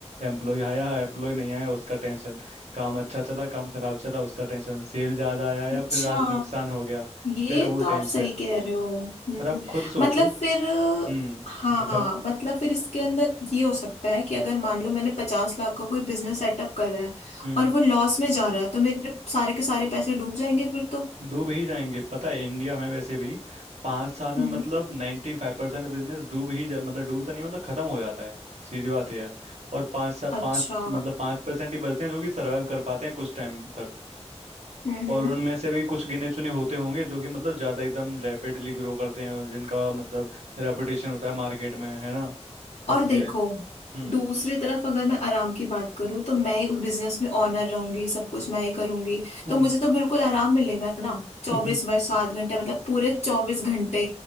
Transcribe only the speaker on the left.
अच्छा
ये
तो
आप सही कह रहे हो हम्म
मतलब फिर
हाँ
मतलब फिर इसके अंदर ये हो सकता है कि अगर मान लो मैंने पचास लाख का कोई बिजनेस सेटअप करा है
और वो लॉस में जा रहा है तो मेरे सारे के सारे पैसे डूब जाएंगे फिर तो
हम्म
अच्छा
हम्म
और
देखो
दूसरी तरफ अगर मैं आराम की बात करूँ तो मैं ही उस बिजनेस में ऑनर रहूंगी सब कुछ मैं ही करूंगी
तो मुझे तो बिल्कुल आराम मिलेगा ना चौबीस
बाय सात घंटे मतलब पूरे चौबीस घंटे